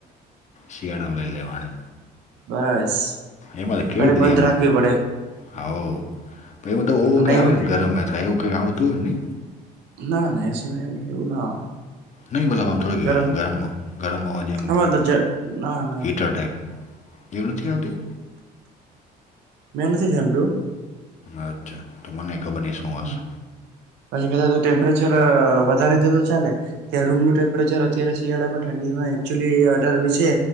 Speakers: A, on the left; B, on the right.
A: શિયાળામાં લઈ લેવાની.
B: બસ
A: એમાં તો કેવી
B: તારે
A: બધી
B: બંધ
A: આમ
B: રાખવી પડે
A: હોવ. પહી <unintelligible>
B: નહી
A: આવેન, ગરમ એઈ થાય, એવું કાંઈ આવતું હોય નહીં?
B: ના, ના એ સીમાં એવું-એવું ન આવે.
A: નહીં મતલબ આમ થોડી
B: ગરમ
A: ગરમ-ગરમ હવા જેમ
B: આમાં તો જ ના ના
A: હીટર ટાઈપ. એવું નથી આવતું?
B: મેં નથી સાઈભળું.
A: અચ્છા. તો મનેઈ ખબર નહીં શું
B: હમ
A: હશે.
B: પછી કદાચ ટેમ્પરેચર વધારી દે તો ચાલે, કે રૂમનું ટેમ્પરેચર અત્યારે શિયાળામાં ઠંડી હવા એકચુલી અઢાર વી છે